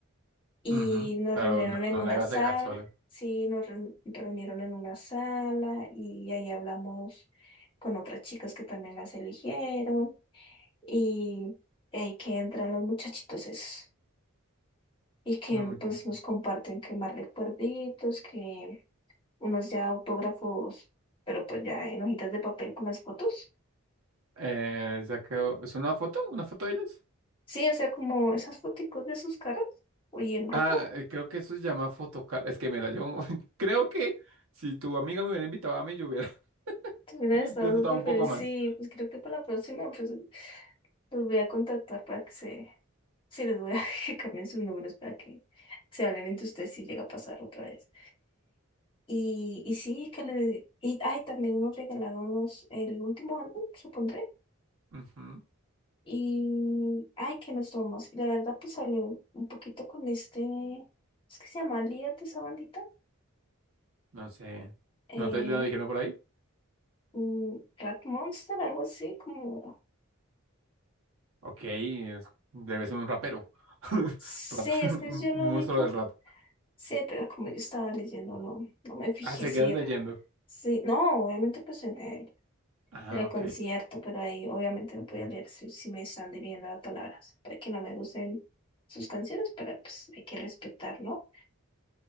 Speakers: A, on the left; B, on the right.
A: Y
B: Ujú.
A: nos
B: Claro,
A: reunieron
B: no,
A: en
B: no
A: una
B: la ibas
A: sala,
B: a dejar sola.
A: sí, nos reun- reunieron en una sala y ahí hablamos con otras chicas que también las eligieron. Y ahí que entran los muchachitos esos. Y que
B: No me quiero.
A: pues nos comparten que más recuerditos, que unos ya autógrafos, pero pues ya en hojitas de papel con las fotos.
B: Eh, ya quedó. ¿Es una foto? ¿Una foto de ellos?
A: Sí, o sea, como esas foticos de sus caras y en grupo.
B: Ah, eh, creo que eso se llama fotocar. Es que mira, yo <laughs> creo que si tu amiga me hubiera invitado a mí, yo hubiera
A: Te hubieran
B: <laughs>
A: estado
B: disfrutado
A: súper
B: un
A: feliz.
B: poco más.
A: Sí, pues creo que para la próxima, pues los voy a contactar para que se. Sí, les voy a <laughs> que cambien sus números para que se hablen entre ustedes si llega a pasar otra vez. Y, y sí, que le. Y, ay, también nos regalaron los, el último álbum, supondré.
B: Ujú.
A: Y. Ay, que nos tomamos. Y la verdad, pues hablé un poquito con este. Es que se llama líder de esa bandita.
B: No sé.
A: Eh,
B: ¿No te lo dijeron por ahí?
A: mm, Rat Monster, algo así, como.
B: Ok, es- debe ser un rapero. <laughs>
A: Sí,
B: Rap- <laughs>
A: es que yo
B: Un monstruo
A: lo vi como
B: del rap.
A: Sí, pero como yo estaba leyendo, no, no me fijé
B: Ah, se
A: si
B: quedas
A: era.
B: leyendo.
A: Sí, no, obviamente pues en el,
B: Ah,
A: en el
B: ok.
A: concierto,
B: Eh,
A: pero ahí obviamente no podía leer si, si me están dirigiendo las palabras, para que no me gusten sus canciones, pero pues hay que respetar, ¿no?